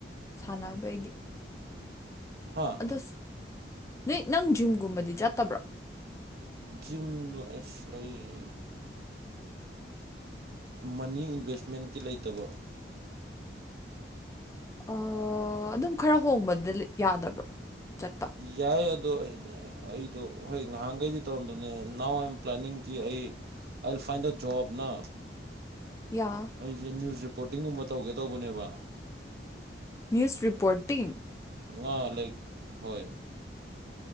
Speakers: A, on the left; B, on the right.
A: ꯁꯥꯟꯅꯕꯩꯗꯤ
B: ꯍꯥ
A: ꯑꯁ ꯅꯣꯏ ꯅꯪ ꯖꯤꯝꯒꯨꯝꯕꯗꯤ ꯆꯠꯇꯕ꯭ꯔꯣ
B: ꯖꯤꯨꯝꯂꯣ ꯑꯁ ꯑꯩ ꯃꯅꯤ ꯏꯟꯚꯦꯁꯃꯦꯟꯠꯀꯤ ꯂꯩꯇꯕ
A: ꯑ ꯑꯗꯨꯝ ꯈꯔ ꯍꯣꯡꯕꯗ ꯂꯩ ꯌꯥꯗꯕ꯭ꯔꯣ ꯆꯠꯄ
B: ꯌꯥꯏ ꯑꯗꯣ ꯑꯩꯅ ꯑꯩꯗꯣ ꯍꯣꯏ ꯉꯍꯥꯟꯒꯩꯗꯤ ꯇꯧꯔꯝꯗꯅꯦ ꯅꯥꯎ ꯑꯥꯏꯝ ꯄ꯭ꯂꯥꯟꯅꯤꯡꯀꯤ ꯑꯩ ꯑꯥꯏꯜ ꯐꯥꯏꯟ ꯗ ꯖꯣꯕ ꯅ
A: ꯌꯥ
B: ꯑꯩꯁꯦ ꯅ꯭ꯌꯨꯁ ꯔꯤꯄꯣꯔꯇꯤꯡꯒꯨꯝꯕ ꯇꯧꯒꯦ ꯇꯧꯕꯅꯦꯕ
A: ꯅ꯭ꯌꯨꯁ ꯔꯤꯄꯣꯔꯇꯤꯡ
B: ꯉꯥ ꯂꯩꯥꯏꯛ ꯍꯣꯏ